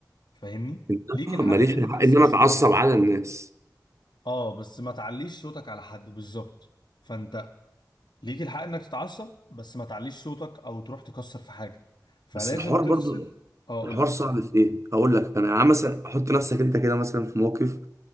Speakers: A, on the left (about 85°); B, on the right (about 45°).
A: فاهمني
B: إن
A: ليك
B: أنا
A: الحق
B: ماليش
A: ان انت
B: الحق
A: تحس
B: ان
A: بالشعور
B: انا اتعصب
A: ده
B: على الناس
A: اه بس ما تعليش صوتك على حد بالظبط فانت ليك الحق انك تتعصب بس ما تعليش صوتك او تروح تكسر في حاجة فلازم
B: بس الحوار
A: تفصل
B: برضو
A: اه
B: الحوار
A: قول لي
B: صعب في ايه؟ هقول لك انا عم مثلا احط نفسك انت كده مثلا في موقف